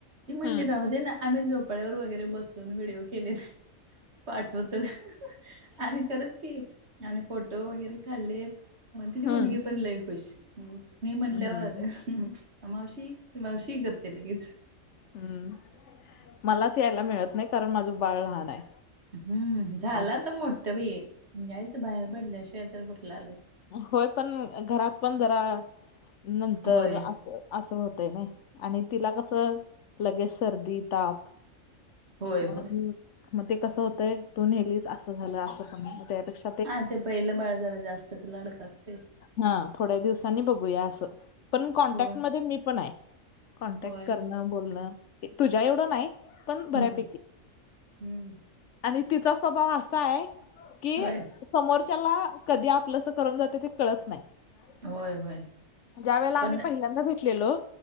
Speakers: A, on the right; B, on the left.
A: ती म्हणली
B: हम्म
A: राहू दे ना आम्ही झोपाळ्यावर वगैरे बसून व्हिडिओ केलेत पाठवतो अ हं हं आणि खरंच की आणि फोटो वगैरे काढलेत म तिची
B: हम्म
A: मुलगी पण लई खुश मी म्हणल्यावर,
B: हम्म
A: मावशी- मावशी करते लगेच.
B: हम्म, मलाच यायला मिळत नाही कारण माझं बाळ लहान आहे.
A: हम्म, झाल
B: आणि
A: आता मोठ बाई, यायच बाहेर पडल्याशिवाय तर कुठलं आलाय.
B: होय पण घरात पण जरा नंतर
A: होय
B: अस- असं होतय नाही आणि तिला कस लगेच सर्दी ताप-
A: होय
B: म्हणून
A: होय
B: मग ते कस होतय तू नेलीस असं झालं अस पण त्यापेक्षा-
A: हा ते पहिलं बाळा जरा जास्तच लाडकं अस
B: हां थोड्या दिवसांनी बघूया असं.. पण कॉन्टॅक्ट
A: होय
B: मध्ये मी पण आय कॉन्टॅक्ट
A: होय
B: करणं बोलणं तुझ्या एवढं नाय पण
A: हम्म
B: बऱ्यापैकी
A: हम्म
B: आणि तिचा स्वभाव असाय की
A: होय
B: समोरच्याला कधी आप प्लस करून जाते ते कळत नाय हायत
A: होय
B: का..
A: होय
B: ज्या वेळेला आम्ही
A: पण
B: पहिल्यांदा भेटलेलो